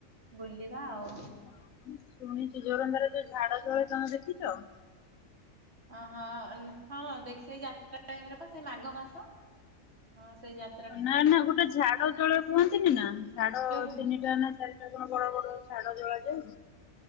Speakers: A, on the right; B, on the left.
A: ବୁଲିବା ଆଉ।
B: ହଁ ମୁଁ ଶୁଣିଚି ଜୋରନ୍ଧାରେ ଯୋଉ ଝାଡ ଜଳେ ତମେ ଦେଖିଚ?
A: ଓହୋ ହଁ ନା ଦେଖେ ସେଇ ଯାତ୍ରା ଟାଇମରେପା ସେଇ ମାଘ ମାସ। ହଁ ସେଇ ଯା
B: ନା ନା ଗୋଟେ ଝାଡ ଜଳେ କୁହନ୍ତିନି ନା ଝାଡ
A: ଯୋଉ
B: ତିନିଟା ନା ଚାରି ଟା କଣ ବଡ ବଡ ଝାଡ ଜଳାଯାଏ।